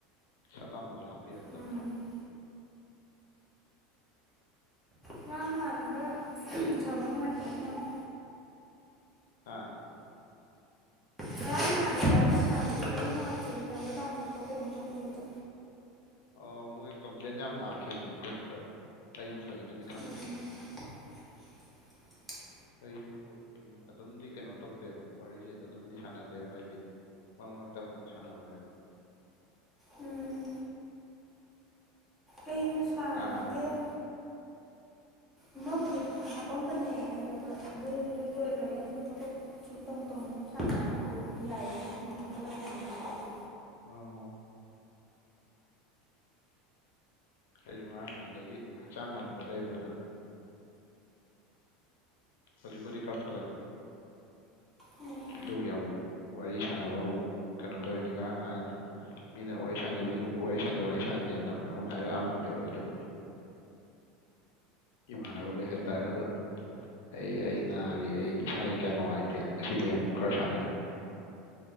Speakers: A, on the left; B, in the centre.
A: ꯁꯠ ꯂꯥꯎꯅꯁꯨ ꯍꯥꯞꯄꯤꯔꯛꯇꯕ
B: ꯎꯝ ꯉꯔꯥꯡ ꯅꯍꯥꯟꯅꯤ ꯈꯔ ꯁꯥꯕ ꯅꯨꯡꯉꯥꯏꯇꯕ ꯃꯥꯜꯂꯤ
A: ꯍꯥ
B: ꯉꯔꯥꯡ ꯅꯍꯥꯟꯒꯤ ꯋꯥꯔꯤ ꯁꯥꯟꯅꯕꯁ ꯈꯔ ꯅꯨꯡꯉꯥꯏꯇꯦ ꯍꯥꯏꯕ ꯇꯥ ꯈꯣꯠꯇꯣ ꯀꯩꯅꯣ ꯐꯪꯗꯦꯕ
A: ꯑ ꯃꯣꯏ ꯀꯝꯄ꯭ꯂꯦꯟ ꯌꯥꯝ ꯂꯥꯛꯈꯤꯕꯅꯦ ꯒ꯭ꯔꯨꯞꯇ ꯑꯩꯁꯨ ꯐꯖꯅꯗꯤ ꯈꯪꯗꯦ
B: ꯎꯝ <inaudible>
A: ꯑꯩꯁꯨ ꯎꯝ ꯑꯗꯨꯝꯗꯤ ꯀꯩꯅꯣ ꯇꯧꯗꯦꯕ ꯋꯥꯔꯤꯁꯦ ꯑꯗꯨꯝꯗꯤ ꯁꯥꯟꯅꯗꯦꯕ ꯍꯥꯏꯗꯤ ꯃꯛ ꯃꯔꯛꯇ ꯑꯃꯨꯛ ꯁꯥꯟꯅꯕꯅꯦꯕ
B: ꯎꯝ ꯑꯩꯁꯨ ꯁꯥꯟꯅꯗꯦꯗ
A: ꯉꯔꯥꯡ ꯉꯍꯥꯟ
B: ꯑꯃꯕꯨꯗꯤ ꯍꯥꯄꯝꯕꯅꯦ ꯑꯗꯨꯗ ꯑꯗꯨꯗꯨ ꯂꯣꯏꯈ꯭ꯔꯕ ꯑꯩꯅ ꯁꯨꯝ ꯊꯕꯛ ꯁꯨꯝ ꯇꯧ ꯇꯧꯅ ꯁꯨꯝ ꯁꯥꯟꯅꯕꯗꯣ ꯌꯥꯏꯌꯦꯅ ꯁꯨꯝ ꯋꯥꯐꯠꯂꯛꯛꯇꯗꯁꯨ ꯑꯗꯨ
A: ꯑ ꯑꯩꯁꯨ ꯉꯔꯥꯡ ꯅꯍꯥꯟꯗꯒꯤ ꯍꯛꯆꯥꯡ ꯑꯃꯗ ꯂꯩꯕ ꯑꯗꯨꯣ ꯍꯧꯖꯤꯛ ꯀꯖꯤꯗꯤ ꯈꯔ ꯐꯒꯠꯂꯦ
B: ꯑꯣ
A: ꯑꯗꯨꯒꯤ ꯑꯃꯨꯛ ꯋꯥꯔꯤ ꯁꯥꯟꯅꯕ ꯑꯃꯨꯛ ꯀꯩꯅꯣ ꯇꯧꯔꯤꯅꯤ ꯉꯔꯥꯡ ꯅꯍꯥꯟ ꯃꯤꯅ ꯋꯥꯔꯤ ꯁꯥꯟꯖꯦ ꯃꯤ ꯋꯥꯔꯤ ꯁꯥꯟꯖꯦ ꯋꯥꯔꯤ ꯁꯥꯟꯖꯦꯅ ꯃꯌꯥꯝ ꯍꯥꯏꯔꯛꯑꯝꯕꯅꯦꯕ ꯑꯗꯨꯣ ꯏꯃꯥꯟ ꯑꯣꯏꯒꯩ ꯍꯥꯏꯇꯥꯔꯦ ꯑꯗꯨ ꯑꯩ ꯑꯩ ꯅꯥꯔꯤ ꯑꯩ ꯏꯁꯥꯁꯦ ꯀꯌꯥ ꯅꯨꯡꯉꯥꯏꯇꯦꯅ ꯉꯁꯤꯗꯤ ꯑꯃꯨꯛ ꯈꯔ ꯁꯥꯟꯅꯔ